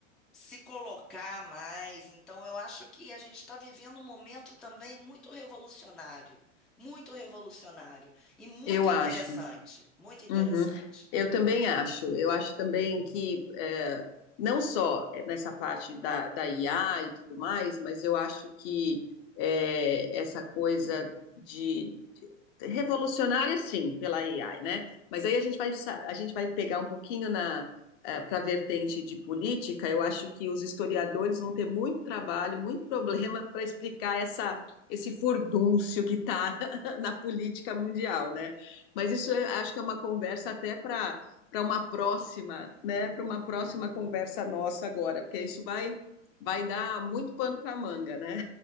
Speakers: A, in the centre; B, on the left.
A: se colocar mais. Então, eu acho que a gente está vivendo um momento também muito revolucionário, muito revolucionário e muito
B: Eu
A: interessante,
B: acho.
A: muito interessante.
B: Uhum. Eu também acho. Eu acho também que é, não só nessa parte da, da IA e tudo mais, mas eu acho que é, essa coisa de de- revolucionária, sim, pela AI, né? Mas aí a gente vai, sa- a gente vai pegar um pouquinho na para a vertente de política. Eu acho que os historiadores vão ter muito trabalho, muito <laughs> problema para explicar essa, esse furdúncio que está <laughs> na política mundial, né? Mas isso eu acho que é uma conversa até para para uma próxima, né? Para uma próxima conversa nossa agora, porque isso vai vai dar muito pano para manga, né?